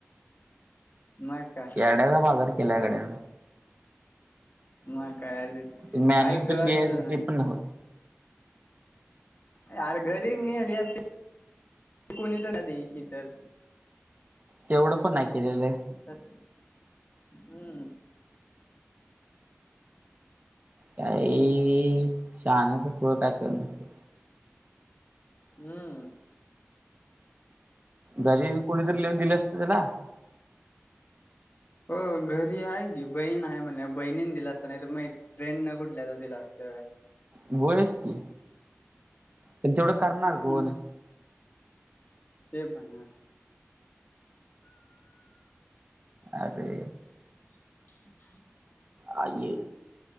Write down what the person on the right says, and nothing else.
खुळ्याचा बाजार केल्याय गड्या,
ते मॅन्युअल
पण लिहायच
ते पण
तेवढं पण नाही केलेलं.
काय शान काय कळना ते,
घरी कोणीतरी लिहून दिले असत त्याला
व्हयच की, हेच येवढं करणार
कोण?
अरे!
आ ये